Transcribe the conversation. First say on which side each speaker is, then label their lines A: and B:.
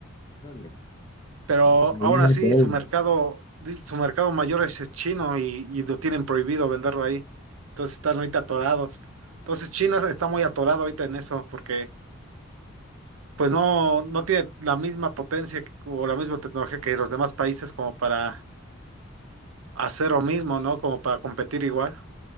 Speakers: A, on the left; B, on the right.
A: Dale.
B: pero
A: No, pues ahí
B: aún
A: no
B: así
A: hay todo.
B: su mercado, di- su mercado mayor es el chino y, y lo tienen prohibido venderlo ahí. Entonces están ahorita atorados. Entonces China está muy atorado ahorita en eso porque pues no, no tiene la misma potencia que- o la misma tecnología que los demás países como para hacer lo mismo, ¿no? Como para competir igual.